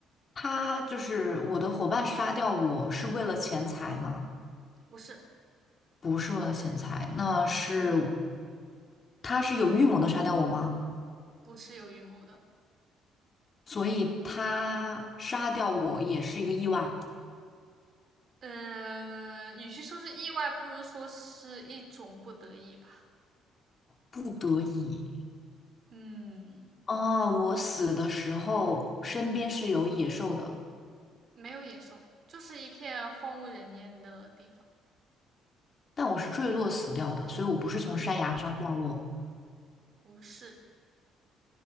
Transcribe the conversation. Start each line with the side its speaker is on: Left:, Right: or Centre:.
Left: 他就是我的伙伴杀掉我是为了钱财吗？
Right: 不是，
Left: 不是为了钱财，那是
Right: 嗯，
Left: 他是有预谋的杀掉我吗？
Right: 不是有预谋的。
Left: 所以他杀掉我也是一个意外，
Right: 嗯，与其说是意外，不如说是一种不得已吧。
Left: 不得已。
Right: 嗯，
Left: 哦，我死的时候身边是有野兽的，
Right: 没有野兽，就是一片荒无人烟的地方。
Left: 但我是坠落死掉的，所以我不是从山崖上掉落
Right: 对，不是。